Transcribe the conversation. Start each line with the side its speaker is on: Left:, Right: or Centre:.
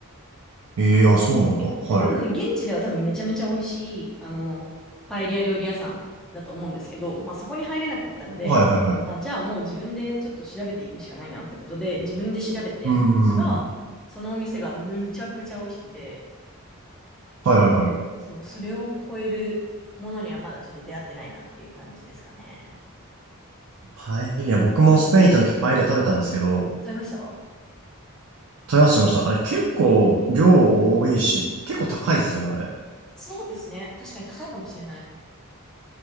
Right: ええー、あ、そうなんだ。はい。
Centre: で多分、現地では多分めちゃめちゃ美味しい、あの、パエリア料理屋さんだと思うんですけど、まあそこに入れなかったので、
Right: はいはいはい。
Centre: あ、じゃあもう自分でちょっと調べていくしかないなってことで、自分で調べてたら、
Right: うーん。は
Centre: そのお店がむちゃくちゃ美味しくて、
Right: いはいはい。
Centre: そう、それを超えるものにはまだちょっと出会ってないなっていう感じですかね。
Right: パエリア、僕もスペイン行った時パエリア食べたんですけど、
Centre: あ食べました
Right: 食べました、食べました。あれ結構量多いし、結構高いですよね、あれ。
Centre: そうですね。確かに高いかもしれない。